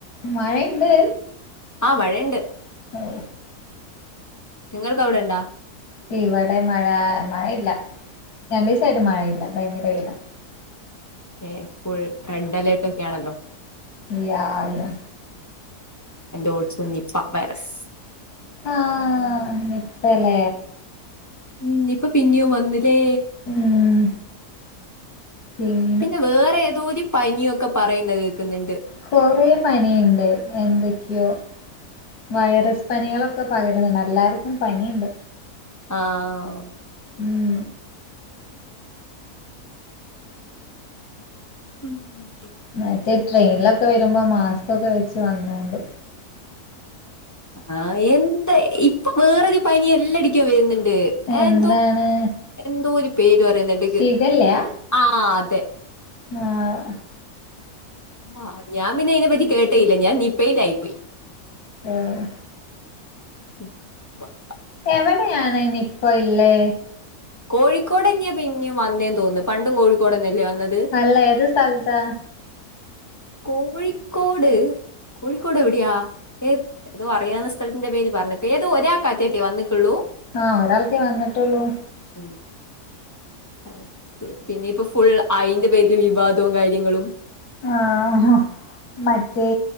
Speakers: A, on the left (about 85°); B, on the left (about 15°).
A: മഴ ഇണ്ട്
B: ആഹ് മഴയ്ണ്ട്
A: ഓഹ്
B: നിങ്ങൾക്ക് അവ്ടെ ഇണ്ടാ
A: ഇവടെ മഴാ മഴയില്ല രണ്ടിസായിട്ട് മഴയില്ല ഭയങ്കര വെയിലാ
B: ഏഹ് ഫുൾ റെഡ് അലേർട്ട് ഒക്കെയാണല്ലോ
A: യാ യാ
B: ആൻഡ് ഓൾസോ നിപ്പ വൈറസ്
A: ആഹ് നിപ്പല്ലേ
B: ഹ്മ്മ് ഇപ്പ പിന്നിം ഓൻ വന്ന് ല്ലേ,
A: ഉം സീന്
B: പിന്നെ വേറെ ഏതോര് പനിയൊക്കെ പറയുന്നെ കേൾക്ക്ന്ന്ണ്ട്
A: കൊറേ പനിയ്ണ്ട് എന്തെക്കെയോ വൈറസ് പനികളൊക്കെ പകര്ന്ന്ണ്ട് അല്ലാർക്കും പനിയ്ണ്ട്
B: ആഹ്
A: ഉം
B: ഹ്മ്മ്
A: മറ്റേ ട്രെയ്ലൊക്കെ വരുമ്പോ മാസ്ക്കൊക്കെ വെച്ച് വന്നോണ്ടു
B: ആഹ് എന്ത്‌ ഇപ്പൊ വേറൊരു പനിയെല്ലാടിക്ക വര്ന്ന്ണ്ട് ആഹ്
A: എന്താണ്
B: എന്തോ, എന്തോര് പേര് പറയ് ന്നട്ക്
A: ശിഖല്ലയാ
B: ആഹ് അതെ
A: ആഹ്
B: ആഹ് ഞാൻ പിന്നെ അയിനെപ്പറ്റി കേട്ടേ ഇല്ല ഞാൻ നിപ്പേയ്റ്റായിപ്പോയി
A: ആഹ്
B: നിപ്പ ആഹ്
A: എവടെയാണ് നിപ്പ ഇള്ളേ
B: കോഴിക്കോടെന്നയാ പിന്നിം വന്നേ തോന്ന്ന്നു പണ്ടും കോഴിക്കോടഞ്ഞല്ലേ വന്നത്
A: അല്ല ഏത് സ്ഥലത്താ
B: കോഴിക്കോട്, കോഴിക്കോട് എവിടെയാ ഏ ന്തോ അറിയാവ്ന്ന സ്ഥലത്തിന്റെ പേര് പറഞ്ഞക്കാ ഏതോ ഒരാൾക്കാറ്റല്ലേ വന്നിട്ടൊള്ളൂ
A: ആഹ്, ഒരാൾക്കെ വന്ന്ട്ടൊള്ളൂ.
B: <inaudible> അതെ, പിന്നെപ്പഫുൾ അയിന്റെ പേരില് വിവാദവും കാര്യങ്ങളും
A: ആഹ്, മറ്റേ